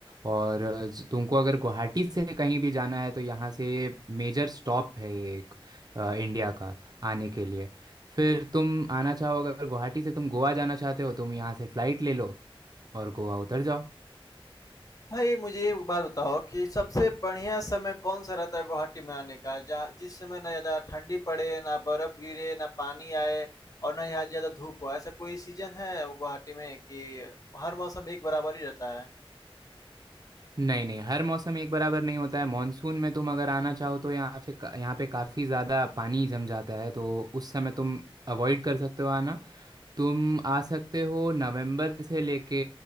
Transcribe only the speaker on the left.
भाई मुझे एक बात बताओ कि सबसे बढ़िया समय कौन सा रहता है गुवाहाटी में आने का जहाँ जिस समय ना ज़्यादा ठंडी पड़े, ना बर्फ गिरे, ना पानी आए और ना यहाँ ज़्यादा धूप हो। ऐसा कोई सीज़न है गुवाहाटी में कि हर मौसम एक बराबर ही रहता है?